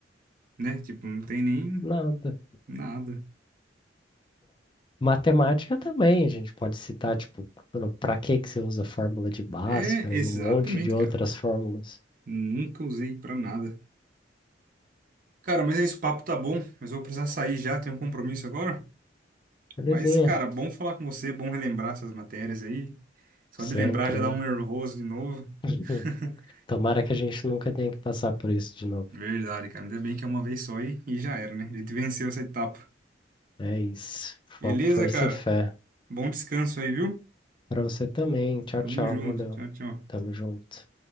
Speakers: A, on the right; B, on the left.
A: Né? Tipo, não tem nem
B: Nada.
A: nada.
B: Matemática também, a gente pode citar, tipo, para que que você usa a fórmula de Bhaskara
A: É, exatamente,
B: e um monte de outras
A: cara.
B: fórmulas.
A: Nunca usei pra nada. Cara, mas é isso, o papo tá bom, mas eu vou precisar sair já, tenho um compromisso agora.
B: Belezinha,
A: Mas, cara, bom falar com você, bom relembrar essas matérias aí. Só
B: sempre,
A: de lembrar já dá
B: né?
A: um nervoso de novo.
B: <laughs>
A: <laughs>
B: Tomara que a gente nunca tenha que passar por isso de novo.
A: Verdade, cara. Ainda bem que é uma vez só e, e já era, né? A gente venceu essa etapa.
B: É isso. Foco,
A: Beleza,
B: força
A: cara?
B: e fé.
A: Bom descanso aí, viu?
B: Para você também. Tchau,
A: Tamo
B: tchau.
A: junto.
B: Valeu.
A: Tchau, tchau.
B: Tamo junto.